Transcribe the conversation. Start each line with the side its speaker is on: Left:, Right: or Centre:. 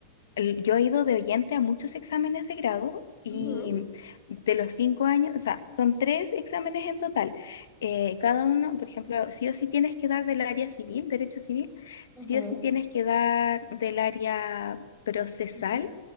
Left: el- yo he ido de oyente a muchos exámenes de grado y
Centre: Ujú,
Left: de los cinco años, o sea, son tres exámenes en total. Eh, cada uno, por ejemplo, sí o sí tienes que dar del área civil, derecho civil, sí
Centre: ajá.
Left: o sí tienes que dar del área procesal
Centre: Mm.